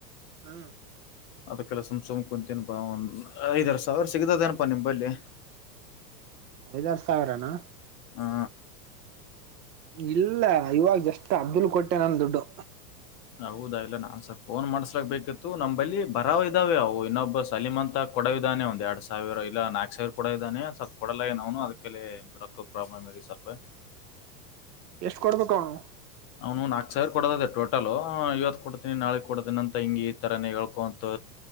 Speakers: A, on the right; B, on the left.
A: ಹ್.
B: ಅದಕ್ಕೆಲ ಸುಮ್ ಸುಮ್ ಕುಂತೀನಪಾ ಒಂದ್ ಐದರ ಸಾವಿರ ಸಿಗತದೇನಪಾ ನಿಮ್ಮಂಬಲ್ಲಿ.
A: ಐದಾರು ಸಾವಿರನಾ.
B: ಹಾ.
A: ಇಲ್ಲ ಇವಾಗ ಜಸ್ಟ್ ಅಬ್ದುಲ್ ಕೊಟ್ಟೆ ನನ್ ದುಡ್ಡು.
B: ಹೌದಾ ಇಲ್ಲ ನಾನ್ಸ ಸ್ವಲ್ಪ್ ಫೋನ್ ಮಾಡ್ಸ್ಲಕ್ ಬೇಕಿತ್ತು ನಂಬಲ್ಲಿ ಬರಾವ್ ಇದಾವೆ ಅವು ಇನ್ನೊಬ್ಬ ಸಲಿಮ ಅಂತ ಕೊಡವ ಇದಾನೆ ಒಂದ್ ಎರಡ್ ಸಾವಿರ ಇಲ್ಲ ನಾಕಕ್ ಸಾವಿರ ಕೊಡ ಇದ್ದಾನೆ ಸ್ವಪ ಕೊಡಲಾಗ ನ್ನು ಅದಕ್ಕೆ ರೊಕ್ಕ ಪ್ರಾಬ್ಲಮ್ ಆಗೇತಿ ಸ್ವಲ್ಪ್.
A: ಎಷ್ಟು ಕೊಡ್ಬೇಕ ಅವನು.
B: ಅವ್ನು ನಾಲ್ಕು ಸಾವಿರ ಕೊಡೋದದೆ ಟೋಟಲು ಇವತ್ತು ಕೊಡ್ತೀನಿ ನಾಳೆ ಕೊಡ್ತೀನಿ ಅಂತ ಹಿಂಗೆ ಈ ಥರಾನೇ ಹೇಳ್ಕೊ ಅಂತು.